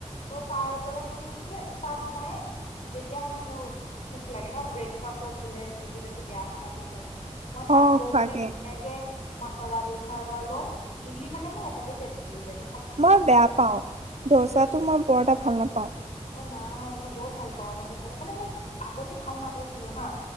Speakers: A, on the left; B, on the right.
A: ত তাৰ পৰা কি হৈছে তাত মই যেতিয়া মানে মোৰ ভুক লাগে ন ব্ৰেকফাষ্টত বোলে পিজিত আজি বেয়া খানা দিছে। মই তাত
B: অ খোৱাকে
A: পিনে ধুনীয়াকে মাচালা দচা এটা লও ইডলি মানে মোৰ এটাতে পেট ভৰি যায় ত
B: মই বেয়া পাওঁ, ধৌচাটো মই বৰ এটা ভাল নাপাওঁ।
A: অহ, নাই মই বৰ ভাল পাওঁ গম পাইছে মানে মোক আগতে ভাল নাপাইছিলো হা।